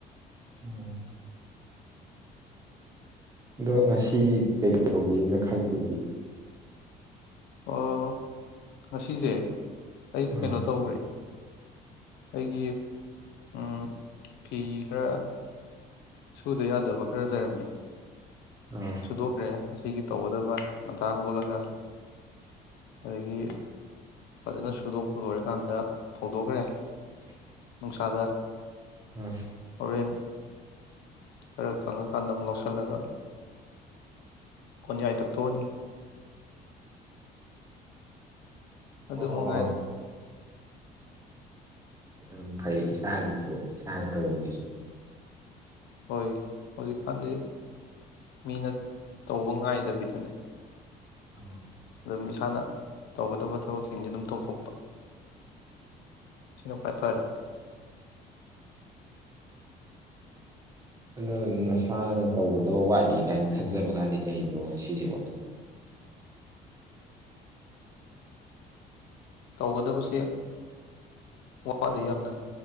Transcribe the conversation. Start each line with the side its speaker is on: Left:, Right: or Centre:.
Right: ꯎꯝ ꯑꯗꯣ ꯉꯁꯤꯒꯤ ꯀꯩ ꯇꯧꯒꯦꯅ ꯈꯜꯂꯤꯒꯦ
Left: ꯑꯥ ꯉꯁꯤꯁꯦ ꯑꯩ
Right: ꯑꯥ
Left: ꯀꯩꯅꯣ ꯇꯧꯔꯦ ꯑꯩꯒꯤ ꯎꯝ ꯐꯤꯈꯔꯥ ꯁꯨꯗ ꯌꯥꯗꯕ ꯈꯔ ꯂꯩꯔꯝꯃꯦ
Right: ꯑꯥ
Left: ꯁꯨꯗꯣꯛꯈꯔꯦ ꯉꯥꯁꯤꯒꯤ ꯇꯧꯒꯗꯕ ꯍꯧꯒꯠꯂꯒ ꯑꯗꯒꯤ ꯐꯖꯅ ꯁꯨꯗꯣꯛꯄ ꯂꯣꯏꯔꯀꯥꯟꯗ ꯐꯧꯗꯣꯛꯈ꯭ꯔꯦ
Right: <inaudible>
Left: ꯅꯨꯡꯁꯥꯗ
Right: ꯑꯥ
Left: ꯍꯣꯔꯦꯟ ꯈꯔ ꯀꯪꯉꯀꯥꯟꯗ ꯑꯃꯨꯛ ꯂꯧꯁꯜꯂꯒ ꯀꯣꯟꯌꯥꯏ ꯇꯛꯊꯣꯛꯑꯅꯤ ꯑꯗꯨ
Right: ꯑꯣ
Left: ꯃꯉꯥꯏꯔꯤ
Right: ꯑꯣ ꯌꯥꯝ ꯐꯩ ꯏꯁꯥꯒꯤꯗꯨ ꯏꯁꯥꯅ ꯇꯧꯕꯁꯤꯁꯨ
Left: ꯍꯣꯏ ꯍꯧꯖꯤꯛꯀꯥꯟꯗꯤ ꯃꯤꯅ ꯇꯧꯕ ꯉꯥꯏꯗꯕꯤꯗꯅꯦ
Right: <unintelligible>
Left: ꯑꯗꯨꯝ ꯏꯁꯥꯅ ꯇꯧꯒꯗꯕ ꯊꯕꯛꯁꯤꯡꯁꯦ ꯑꯗꯨꯝ ꯇꯧꯊꯣꯛꯄ ꯁꯤꯅ ꯈ꯭ꯋꯥꯏ ꯐꯔꯦ
Right: ꯑꯗꯣ ꯅꯁꯥꯅ ꯇꯧꯒꯗꯕ ꯋꯥꯠꯂꯤ ꯀꯥꯏꯅ ꯈꯟꯖꯕꯒꯗꯤ ꯂꯩꯕ꯭ꯔꯣ ꯉꯥꯁꯤꯖꯤꯕꯣ
Left: ꯇꯧꯒꯗꯕꯁꯦ ꯋꯥꯠꯂꯤ ꯌꯥꯝꯅ